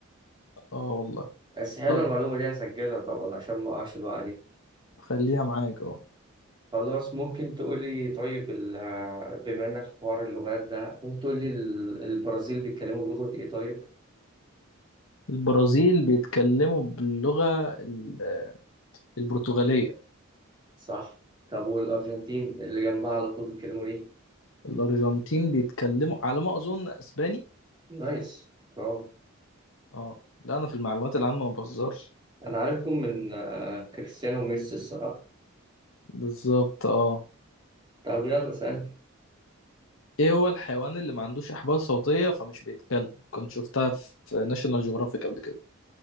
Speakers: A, on the left; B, on the right.
A: اه والله
B: بس حلوه
A: طب
B: المعلومه دي هسجلها طبعا عشان ما اقعش الوقعه دي
A: خليها معاك اه
B: خلاص ممكن تقولي طيب ال- آه، بما انك في حوار اللغات ده ممكن تقولي ال- البرازيل بيتكلموا بلغة ايه طيب
A: البرازيل بيتكلموا باللغة ال- البرتغالية
B: صح طب والارجنتين اللي جنبها على طول بيتكلموا ايه
A: الأرجنتين بيتكلموا على ما أظن أسباني
B: نايس برافو
A: اه لا أنا في المعلومات العامة ما بهزرش
B: انا عارفكم من آه، كريستيانو وميسي الصراحه
A: بالظبط اه
B: طب يلا سأل
A: ايه هو الحيوان اللي ما عندوش احبال صوتية فمش بيتكلم كنت شفتها في ناشونال جيوغرافيك قبل كده